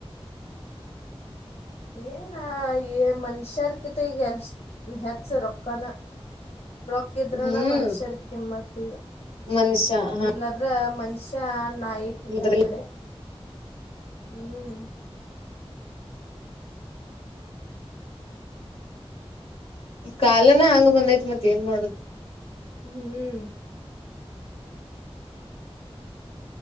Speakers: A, on the left; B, on the left.
A: <inaudible> ಏನ ಏ ಮನುಷ್ಯರ್ ಕಿತ ಈಗ ಹೇ ಹೆಚ್ಚ ರೊಕ್ಕನ. ರೊಕ್ಕಿದ್ರರಣ
B: ಹ್ಮ್
A: ಮನಷ್ಯರೀಗ ಕಿಮ್ಮತ್ತ ಈಗ.
B: ಮನುಷ್ಯ ಹ
A: ಇಲ್ಲದ್ರ ಮನುಷ್ಯ ನಾಯಿ ಕಿತ
B: ಇದ್ರ
A: ಅಕಡೆ. ಹ್ಮ್.
B: ಕಾಲನ ಹಂಗ ಬಂದೈತ್ ಮತ್ ಏನ್ ಮಾಡುದು.
A: ಹ್ಮ್.